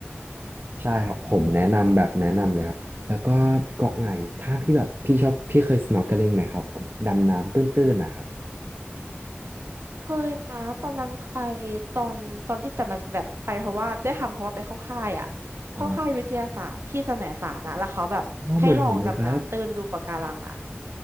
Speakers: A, on the right (about 55°); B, on the right (about 75°).
A: ใช่ครับผมแนะนำแบบแนะนำเลยครับแล้วก็เกาะไหนถ้าพี่แบบพี่ชอบพี่เคย snorkeling ไหมครับผมดำน้ำตื้นๆนะครับ
B: เคยนะตอนนั้นไปตอนตอนที่แต่มันแบบไปเพราะว่าได้ทำเพราะว่าไปเข้าค่ายอ่ะเข้าค่ายวิทยาศาสตร์ที่แสมสารนะแล้วเขาแบบให้ลองดำน้ำตื้นดูปะการังอ่ะ
A: อ่าก็เหมือนผมเลยครับ